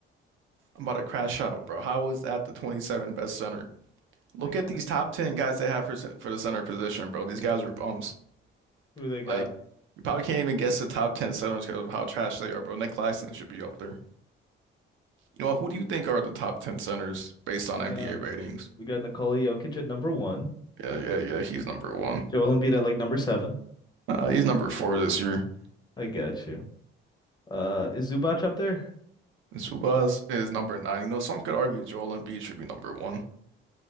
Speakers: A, on the right; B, on the left.
A: I'm about to crash out, bro. How is that the 27th best center? Look
B: I gotcha.
A: at these top 10 guys they have for for the center position, bro. These guys are bums.
B: Who do they got?
A: Like, you probably can't even guess the top 10 centers because of how trash they are, bro. Nick Claxton should be up there. You know what? Who do you think are the top 10 centers based on
B: We
A: NBA
B: got
A: ratings?
B: we got Nikola Jokic at number one.
A: Yeah, yeah, yeah. He's number one.
B: Joel Embiid at like number seven.
A: Uh, he's number four this year.
B: I got you. Uh, is Zubac up there?
A: And Subas is number nine. You know, some could argue Joel Embiid should be number one,